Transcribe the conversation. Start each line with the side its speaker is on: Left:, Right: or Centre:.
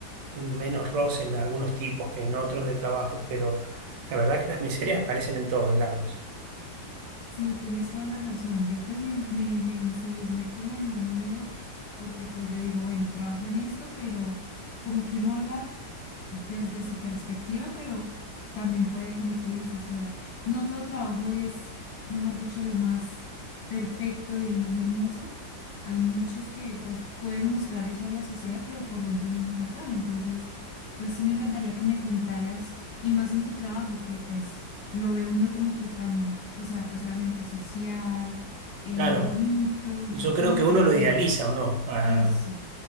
Right: menos roce en algunos tipos que en otros de trabajos, pero la verdad que las miserias aparecen en todos lados.
Left: Sí, tienes toda la razón. Yo pues me, me, me ensimismé como en lo mío, porque pues yo digo, bueno, trabajo en esto, pero como que uno habla desde su perspectiva, pero también puede, como tú dices, o sea, no todo trabajo es, mejor dicho, lo más perfecto, divino, hermoso. Hay muchos que pues pueden mostrar eso a la sociedad, pero por dentro uno nunca sabe. Entonces, pues sí me encantaría que me contaras, y más en tu trabajo, que pues lo ve uno como que tan, o sea, pues obviamente social, eh,
Right: Claro,
Left: bonito, entonces
Right: yo creo
Left: uno lo
Right: que uno
Left: ve lo
Right: lo
Left: bien.
Right: idealiza o no, Ah,
Left: Eso,